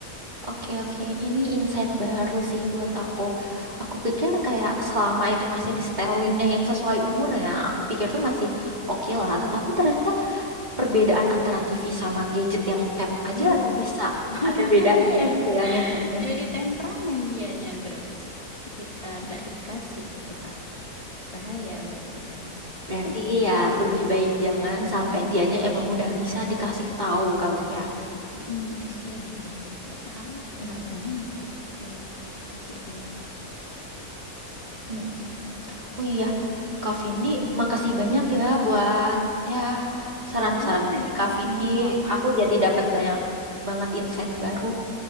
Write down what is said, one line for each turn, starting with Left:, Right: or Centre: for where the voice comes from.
Right: oke oke. Ini insight baru sih buat aku. Aku pikir kayak selama itu masih di setelinnya yang sesuai umurnya, aku pikir tuh masih oke lah. Tetapi ternyata perbedaan antara TV sama gadget yang tap aja
Left: Jauh.
Right: bisa ada
Left: <laughs>
Right: bedanya
Left: Iya,
Right: gitu ya ngefeknya.
Left: jadi temperamen dianya terus ketika nggak dikasih gitu kan. Bahaya berarti kan.
Right: Berarti
Left: <clears throat>
Right: ya lebih baik jangan sampai dianya emang udah bisa dikasih tahu kali ya.
Left: Mm, SD mungkin. Sekarang
Right: Mm,
Left: nggak berani masih saya kasih dia.
Right: mm, mm. Oh iya, Kak Vindi, makasih banyak ya buat ya saran-saran
Left: Oh
Right: dari
Left: iya.
Right: Kak Vindi.
Left: Oh.
Right: Aku jadi dapat banyak banget insight baru.